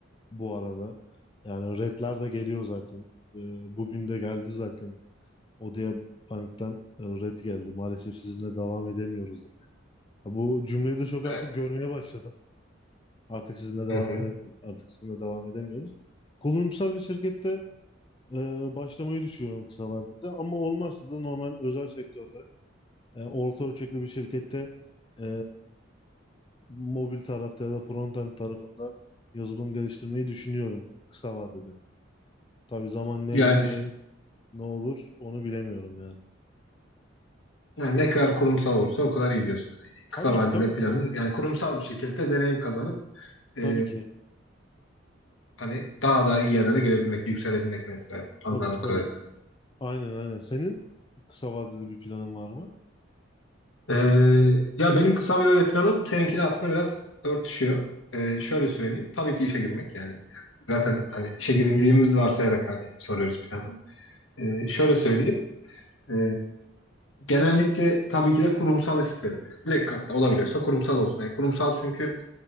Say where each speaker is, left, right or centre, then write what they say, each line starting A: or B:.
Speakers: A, on the left; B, on the left.
A: bu arada. Yani redler de geliyor zaten. Ee, bugün de geldi zaten. Odea Bank'tan e, red geldi. Maalesef sizinle devam edemiyoruz dedi. Ha, bu cümleyi de çok
B: Evet.
A: artık görmeye başladım. Artık sizinle devam
B: Hı hı.
A: edemiyoruz. Artık sizinle devam edemiyoruz. Kurumsal bir şirkette e, başlamayı düşünüyorum kısa vadede ama olmazsa da normal özel sektörde e, orta ölçekli bir şirkette e, mobil tarafta ya da frontend tarafında yazılım geliştirmeyi düşünüyorum kısa vadede. Tabii zaman ne
B: Yani, s-
A: ne ne olur onu bilemiyorum yani.
B: yani ne kadar kurumsal olursa o kadar iyi diyorsun.
A: Tabii
B: Kısa vadede
A: ki tabii
B: planın
A: ki.
B: yani kurumsal bir şirkette deneyim kazanıp e,
A: Tabii ki.
B: hani daha da iyi yerlere gelebilmek, yükselebilmek mesela anladığım
A: Tabii ki tabii
B: kadarıyla.
A: ki. Aynen aynen. Senin kısa vadeli bir planın var mı?
B: Ee, ya benim kısa vade planım seninkiyle aslında biraz örtüşüyor. Ee, şöyle söyleyeyim. Tabii ki işe girmek yani. Zaten hani işe girdiğimiz varsayarak hani soruyoruz planı. Ee, şöyle söyleyeyim. Ee, genellikle tabii ki de kurumsal isterim. Yani. Direkt hatta olabiliyorsa kurumsal olsun. Yani kurumsal çünkü